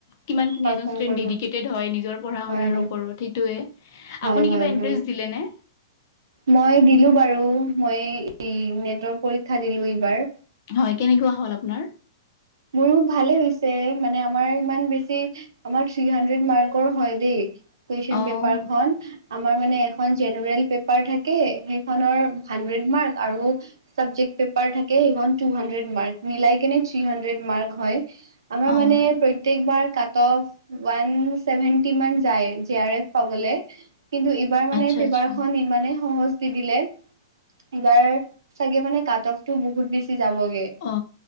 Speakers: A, on the left; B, on the right.
A: কিমানখিনি
B: পাৰফৰ্ম
A: এজন ষ্টুডেণ্ট
B: কৰিব
A: ডেডিকেটেড হয় নিজৰ পঢ়া
B: হয়
A: শুনাৰ
B: হয়
A: ওপৰত সেইটোৱে,
B: হয়
A: আপুনি
B: হয়
A: কিবা এণ্টাৰেষ্ট
B: হয়
A: দিলে নে।
B: মই দিলো বাৰু মই নেটৰ পৰীক্ষা দিলো এইবাৰ।
A: হয় কেনেকুৱা হ'ল আপোনাৰ।
B: মোৰো ভালে হৈছে মানে আমাৰ ইমান বেছি। আমাৰ থ্ৰী হাড্ৰেড মাৰ্কৰ হয় দেই, কুৱেশন
A: অ'
B: পেপাৰখন আমাৰ মানে। এখন জেনেৰেল পেপাৰ থাকে সেইখনৰ হাণ্ড্ৰেড মাৰ্ক আৰু। চাবজেক্ট পেপাৰ থাকে সেই খন তুহাড্ৰেড মাৰ্ক নিলাই কেনে থ্ৰী হাড্ৰেড। হয়, আমাৰ
A: অ'
B: মানে প্ৰতৈকবাৰ কাটভ লাইন। ছেভেন্টি যায় আৰ এফ পাব কিন্তু ইবাৰ মানে
A: আচ্ছা
B: পেপাৰ
A: আচ্ছা।
B: খন ইমানেই সহজ। দিলে এইবাৰ চাগে মানে কাট অফতটো বহুত বেছি যাবগে।
A: অ,